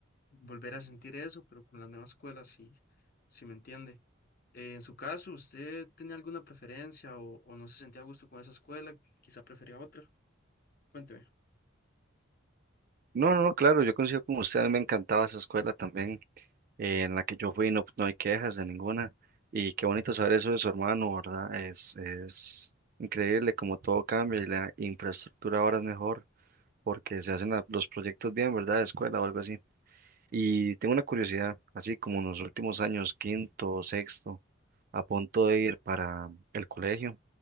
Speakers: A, on the left; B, on the right.
A: volver a sentir eso, pero con la nueva escuela, si, si me entiende. Eh, en su caso, ¿usted tenía alguna preferencia o, o no se sentía a gusto con esa escuela? Quizá prefería otra. Cuénteme.
B: No, no, no, claro, yo coincido con usted, a mí me encantaba esa escuela también eh, en la que yo fui no, no hay quejas de ninguna. Y qué bonito saber eso de su hermano, ¿verdad? Es, es increíble como todo cambia y la infraestructura ahora es mejor porque se hacen la- los proyectos bien, ¿verdad? De escuela o algo así. Y tengo una curiosidad, así como en los últimos años, quinto, sexto, a punto de ir para el colegio,